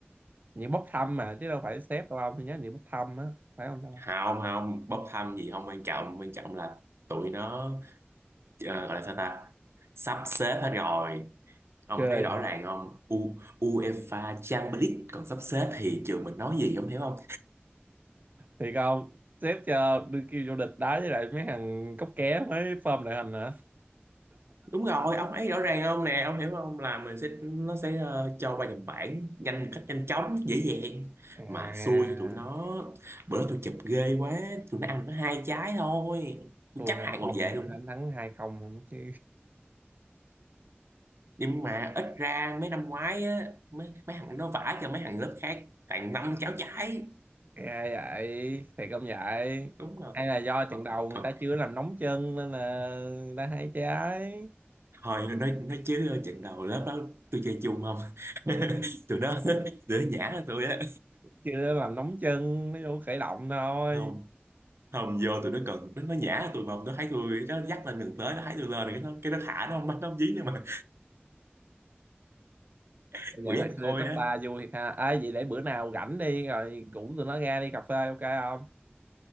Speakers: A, on the right; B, on the right.
A: những bốc thăm mà chứ đâu phải xếp đâu ông tôi nhớ những bốc thăm á phải không ta
B: hào không bốc thăm gì không quan trọng quan trọng là tụi nó ờ, gọi là sao ta sắp xếp hết rồi ông
A: ok
B: thấy rõ ràng không U UEFA Champions League còn sắp xếp thì trường mình nói gì ông hiểu không
A: thì không sếp cho đưa kêu vô địch đá với lại mấy thằng cóc ké mới form đội hình hả
B: đúng rồi ông thấy rõ ràng không nè ông hiểu không là mình sẽ nó sẽ ờ, cho qua nhầm bảng nhanh một cách nhanh chóng dễ dàng
A: à
B: mà xui cho tụi nó bữa tôi chụp ghê quá tụi nó ăn có hai trái thôi tôi
A: thua
B: chấp
A: hai
B: hàng ngồi
A: không
B: về
A: là
B: luôn
A: tụi đánh thắng hai không không chứ
B: nhưng mà ít ra mấy năm ngoái á mấy, mấy thằng nó vả cho mấy thằng lớp khác tặng năm cháo trái
A: Ghê vậy thiệt không vậy
B: đúng rồi
A: hay là do trận
B: còn,
A: đầu
B: còn
A: người ta chưa làm nóng chân nên là người ta hay trái
B: Thôi nói nói chứ trận đầu lớp đó tôi chơi chung không <laughs> tụi nó để nhã tôi á
A: chưa làm nóng chân nó vô khởi động thôi
B: không không vô tụi nó cần nó, nó nhã tụi mà nó thấy tôi nó dắt lên đường tới nó thấy tôi lên rồi cái nó cái nó thả nó không bắt nó không dí nữa mà <laughs>
A: nhận
B: quỷ
A: hồi
B: anh
A: xưa
B: khôi
A: cấp
B: á
A: ba vui thiệt ha à, vậy để bữa nào rảnh đi rồi rủ tụi nó ra đi cà phê ok không